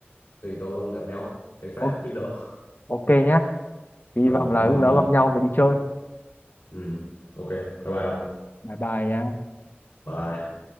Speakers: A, on the left; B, on the left.
A: thì tôi không gặp nhau cái phát
B: o-
A: biết đâu
B: ok nhá hy
A: Ờ,
B: vọng là
A: cảm
B: lúc
A: ơn
B: đó
A: nhiều.
B: gặp nhau và đi chơi
A: Ừ. Ok, bye bye ông.
B: bye bye nha
A: Bye.